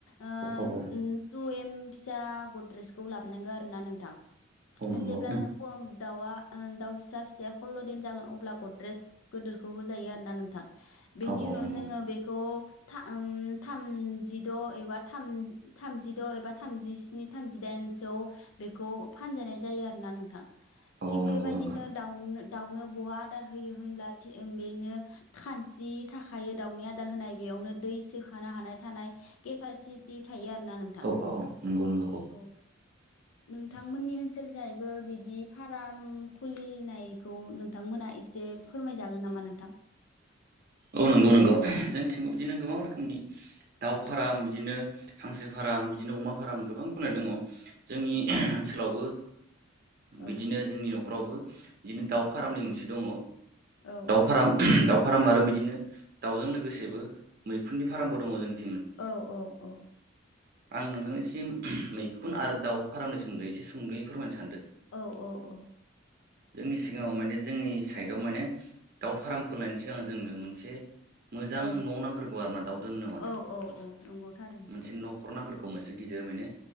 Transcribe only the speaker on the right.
औ औ
नंगौ
औ औ
नंगौ
औ
नंगौ नंगौ
औ औ नंगौ नंगौ
औ नंगौ नंगौ जोंनिथिंगौ बिदिनो गोबां रोखोमनि दाव
फाराम बिदिनो हांसो फाराम बिदिनो अमा फाराम गोबां खनाय दङ जोंनि
ओनसोलावबो बिदिनो
जोंनि न'खरावबो बिदिनो दाउ फारामनि मोनसे दङ
दाउ फाराम दाउ फाराम आरो बिद बिदिनो दाउजों लोगोसेबो मैखुननि फारामबो दङ जों
आं नोंथांनिसिम मैखुन आरो दाउ फारमनि सोमोन्दैसे सुंदुयै फोरमायनो सै
जोंनि सिगाङाव माने जोंनि साइडआव माने दाउ फारामखौ लायनि सिगां जोंनो मोनसे मोजां
न' नांग्रोगौ आरो ना दाउ दोननो माने
मोनसे न' खर नांग्रोरखौ मोनसे गिदिर माने